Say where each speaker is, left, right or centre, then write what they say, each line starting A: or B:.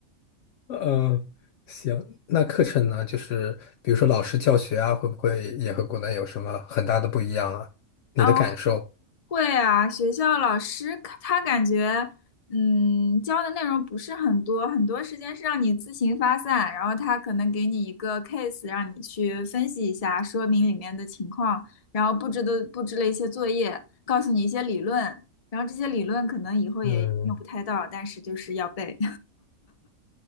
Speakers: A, on the left (about 70°); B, on the left (about 35°).
A: 嗯，行，那课程呢，就是比如说老师教学啊，会不会也和国内有什么很大的不一样啊？你的感受？
B: 啊，会啊，学校老师他感觉，嗯，教的内容不是很多，很多时间是让你自行发散，然后他可能给你一个 case，让你去分析一下，说明里面的情况，然后布置的布置了一些作业，告诉你一些理论，然后这些理论可能以后也用不太到，
A: 嗯，
B: 但是就是要背，